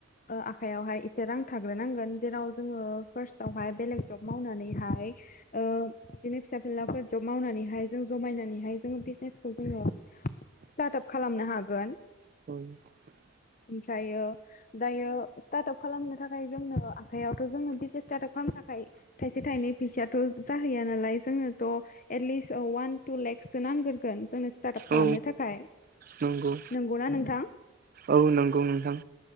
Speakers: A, on the left; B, on the right.
A: आखायावहाय एसे रां थाग्रोनांगोन जेराव जोङो फार्स्टावहाय बेलेग जब मावनानैहाय बिदिनो फिसा फिलाफोर जब मावनानैहाय जों जमायनानैहाय जों बिजनेसखौ जोङो
B: <inaudible>
A: स्टार्ट आप खालामनो हागोन
B: <inaudible>
A: ओमफ्रायो दायो स्टार्टआप खालामनो थाखाय जोंनो आखाइयावथ' जोंनो बिजनेस स्टार्टआप खालामनो थाखाय थाइसे थाइनै फैसायथ' जाहैया नालाय जोंनोथ' एटलिस्ट अवान टु लेक्ससो नांग्रगोन जोंनो स्टार्ट आप खालामनो
B: औ
A: थाखाय
B: नंगौ
A: नंगौना नोंथां
B: औ नंगौ नोंथां